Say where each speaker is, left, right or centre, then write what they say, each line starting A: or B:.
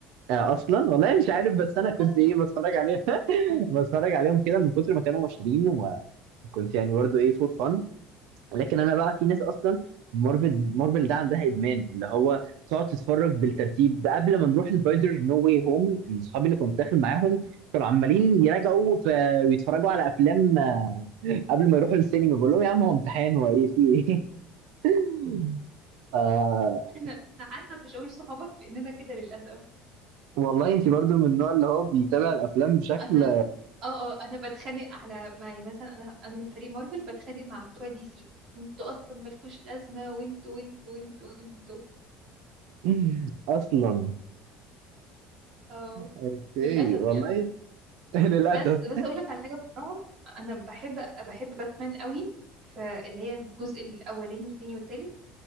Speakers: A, on the right; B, on the right.
A: آه، اصلا والله مش عارف بس انا كنت
B: اصلا
A: ايه بتفرج عليهم <laughs> بتفرج عليهم كده من كتر ما كانوا مشهورين وكنت يعني برضه ايه فور فن لكن انا بقى في ناس اصلا مارفل مارفل ده عندها ادمان اللي هو تقعد تتفرج بالترتيب ده قبل ما نروح سبايدر نو واي هوم اصحابي اللي كنت داخل معاهم كانوا عمالين يراجعوا ف- ويتفرجوا على افلام آه، قبل ما يروحوا السينما بقول لهم يا عم هو امتحان هو ايه في ايه <laughs> آه،
B: انا أنا حاسه بشعور صحابك لاننا كده للاسف
A: والله انت برضو من النوع اللي هو بيتابع الافلام بشكل
B: انا اه اه انا بتخانق على معي مثلا انا انا من فريق مارفل بتخانق مع بتوع دي سي انتوا اصلا مالكوش لازمه وانتوا وانتوا وانتوا وانتوا
A: <laughs> اصلا
B: اه
A: اوكي
B: للاسف
A: والله
B: يعني
A: <laughs> للاسف
B: بس بس اقول لك على حاجه بصراحه انا بحب بحب باتمان قوي فاللي هي الجزء الاولاني والتاني والتالت